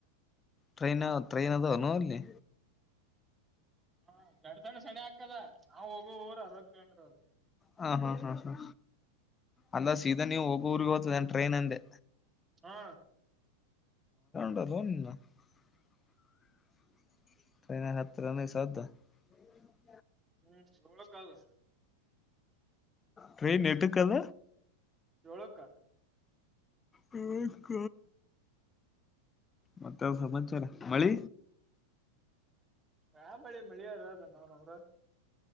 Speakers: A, on the left (about 20°); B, on the right (about 15°).
A: ಟ್ರೈನ್ ಟ್ರೈನ್ ಅದನುೋ ಅಲ್ಲಿ
B: ಹ ಗಡ್ ಸಣ್ಣ ಸಣೆ ಹಾಕದ ನಾವು ಹೋಗುವ ಊರ್ ಅರ್ವತ್ ಕಿಲೋಮೀಟರ್
A: ಹಾ ಹಾ ಹಾ ಹಾ ಅಲ್ಲ ಸೀದಾ ನೀವು ಹೋಗರ್ಿಗೆ ಹೋಗ್ತದ ಟ್ರೈನ್ ಅಂದೆ
B: ಹಾ
A: <unintelligible> <unintelligible>
B: ಹ್ಮ್ ಏಳಕ್ಕ ಅದ
A: ಟ್ರೈನ್ ಎಟ್ಟಕದ.
B: ಏಳುಕ
A: ಹಷ್ಟಕ ಮತ್ತೆ ಸಮಾಚಾರ ಮಳಿ
B: ರ ಮಳಿ ಮಳಿಯಾರ ಅದನ್ನು ನೂರ